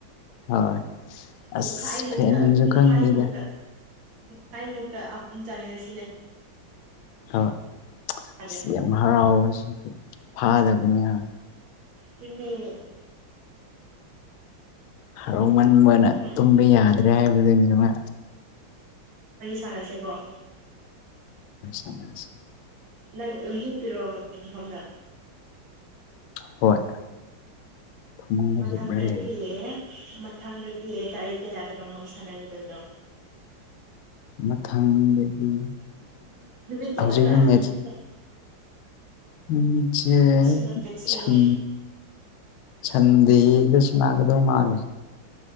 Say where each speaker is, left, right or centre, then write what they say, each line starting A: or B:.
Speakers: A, on the left; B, on the right.
A: ꯍꯣꯏ ꯑꯁ
B: ꯄꯨꯡꯈꯥꯏꯃꯨꯛꯇ
A: ꯐꯦꯟꯁꯤꯡꯁꯨ
B: ꯄꯨꯡꯈꯥꯏꯃꯨꯛꯇ
A: ꯈꯪꯗꯦꯗ
B: ꯈꯥꯏ ꯃꯨꯛꯇ ꯑꯍꯨꯝ ꯆꯪꯉꯦ ꯁꯤꯅꯦ
A: ꯍꯣꯏ
B: ꯑꯗꯩ
A: ꯌꯥꯝ ꯍꯔꯥꯎꯌꯦ ꯐꯥꯗꯕꯅꯤ ꯍꯣꯏ
B: ꯇꯨꯝꯅꯤꯡꯉꯦ
A: ꯍꯔꯥꯎꯃꯟꯕꯅ
B: ꯅꯨꯡꯉꯥꯏꯈꯤ
A: ꯇꯨꯝꯕ ꯌꯥꯗ꯭ꯔꯦ ꯍꯥꯏꯕꯗꯨꯅꯤꯕ
B: ꯆꯔꯁꯦ ꯀꯣ
A: <unintelligible>
B: ꯅꯪ ꯑꯗꯨꯝ ꯍꯤꯞꯄꯤꯔꯛꯣ ꯃꯐꯝꯗ
A: ꯍꯣꯏ ꯐꯃꯨꯡꯗ
B: ꯃꯊꯪꯗꯗꯤ
A: ꯍꯤꯞꯂꯒ ꯂꯩ
B: ꯃꯊꯪꯗꯗꯤ ꯇꯥꯔꯤꯛ ꯀꯌꯥꯗꯅꯣ ꯃꯣꯏ ꯁꯥꯟꯅꯔꯤꯗꯣꯏꯗꯣ
A: ꯃꯊꯪꯗꯗꯤ
B: ꯅꯨꯃꯤꯠ ꯀꯌꯥ
A: ꯍꯧꯖꯤꯛꯅ
B: ꯋꯥꯠꯄ꯭ꯔꯥ
A: ꯃꯦꯠꯁ
B: ꯅꯨꯃꯤꯠ ꯀꯌꯥ
A: ꯅꯨꯃꯤꯠꯁꯦ
B: ꯆꯦꯛꯁꯤꯜꯂꯣ ꯆꯦꯛꯁꯤꯜꯂꯣ
A: ꯁꯟ ꯁꯟꯗꯦꯗ ꯁꯟꯅꯥꯒꯗꯧ ꯃꯥꯜꯂꯦ